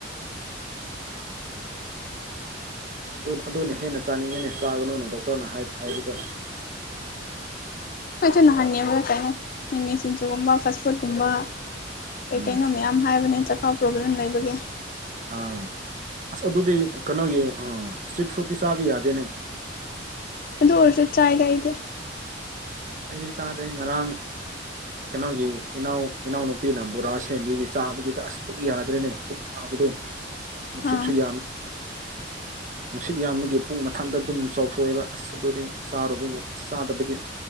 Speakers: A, on the right; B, on the left.
A: ꯑꯗꯨ ꯑꯗꯨꯅ ꯍꯦꯟꯅ ꯆꯥꯅꯤꯡꯉꯅꯤ ꯆꯥꯒꯅꯨꯅ ꯗꯣꯛꯇꯔꯅ ꯍꯥꯏꯕꯗꯣ꯫
B: ꯑꯩꯁꯨ ꯅꯥꯍꯟꯉꯦꯕꯗ ꯀꯩꯅꯣ ꯃꯤꯃꯤ ꯁꯤꯡꯖꯨꯒꯨꯝꯕ ꯐꯁ ꯐꯨꯗꯀꯨꯝꯕ ꯀꯩꯀꯩꯅꯣ
A: ꯎꯝ
B: ꯃꯌꯥꯝ ꯍꯥꯏꯕꯅꯦ ꯆꯈꯥꯎ ꯄ꯭ꯔꯣꯕ꯭ꯂꯦꯝ ꯂꯩꯕꯒꯦ꯫
A: ꯑꯥ ꯑꯁ ꯑꯗꯨꯗꯤ ꯀꯩꯅꯣꯒꯤ ꯑꯥ ꯏꯁꯇ꯭ꯔꯤꯠ ꯐꯨꯗꯇꯤ ꯆꯥꯕ ꯌꯥꯗꯦꯅꯦ꯫
B: ꯑꯗꯨ ꯑꯣꯏꯔꯁꯨ ꯆꯥꯏꯗ ꯑꯩꯗꯤ
A: ꯑꯩꯗꯤ ꯆꯥꯗꯦ ꯉꯔꯥꯡ ꯀꯩꯅꯣꯒꯤ ꯏꯅꯥꯎ ꯏꯅꯥꯎꯅꯨꯄꯤꯅ ꯕꯣꯔꯥ ꯁꯦꯟꯕꯤꯒꯤ ꯆꯥꯕꯒꯤꯗ ꯑꯁ ꯄꯨꯛ ꯌꯥꯗ꯭ꯔꯦꯅꯦ ꯑꯕꯗꯣ ꯅꯨꯡꯁꯤꯠꯁꯨ
B: ꯑꯥ
A: ꯌꯥꯝ꯫ <inaudible> ꯅꯨꯡꯁꯤꯠ ꯌꯥꯝꯕꯒꯤ ꯄꯨꯛ ꯃꯊꯟꯗ ꯑꯗꯨꯝ ꯆꯥꯎꯊꯣꯛꯑꯦꯕ ꯑꯁ ꯑꯗꯨꯗꯤ ꯆꯥꯔꯨꯕꯒꯤ ꯆꯥꯗꯕꯒꯤ